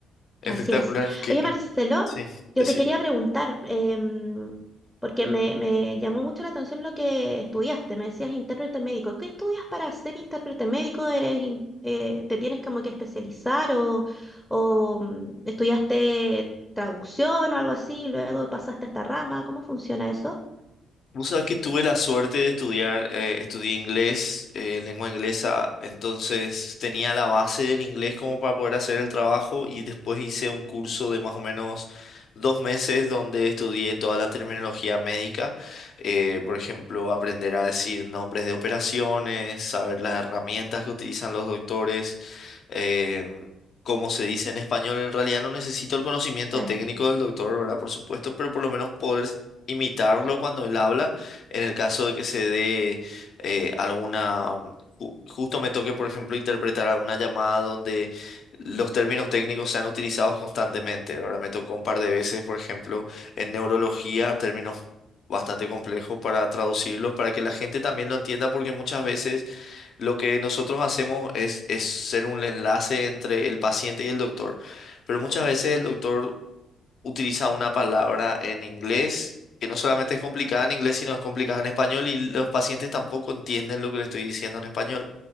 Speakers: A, on the left; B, in the centre.
A: Espectacular.
B: Así es.
A: Que,
B: Oye, Marcelo,
A: sí,
B: yo
A: decime.
B: te quería preguntar, em, porque me, me llamó mucho la atención lo que estudiaste. Me decías intérprete médico. ¿Qué estudias para ser intérprete médico? ¿Eres in- eh, te tienes como que especializar o, o, mm, estudiaste traducción o algo así? y Luego pasaste a esta rama. ¿Cómo funciona eso?
A: Vos sabés que tuve la suerte de estudiar, eh, estudié inglés, eh, lengua inglesa, entonces tenía la base del inglés como para poder hacer el trabajo y después hice un curso de más o menos dos meses donde estudié toda la terminología médica, eh, por ejemplo, aprender a decir nombres de operaciones, saber las herramientas que utilizan los doctores, em, como se dice en español, en realidad no necesito el conocimiento
B: Claro,
A: técnico del doctor, ¿verdad? Por supuesto, pero por lo menos poder imitarlo cuando él habla, en el caso de que se dé eh, alguna, um, ju- justo me toque, por ejemplo, interpretar alguna llamada donde los términos técnicos sean utilizados constantemente. Ahora me tocó un par de veces, por ejemplo, en neurología, términos bastante complejos para traducirlos, para que la gente también lo entienda, porque muchas veces lo que nosotros hacemos es, es ser un enlace entre el paciente y el doctor. Pero muchas veces el doctor utiliza una palabra en inglés que no solamente es complicada en inglés, sino es complicada en español y los pacientes tampoco entienden lo que le estoy diciendo en español.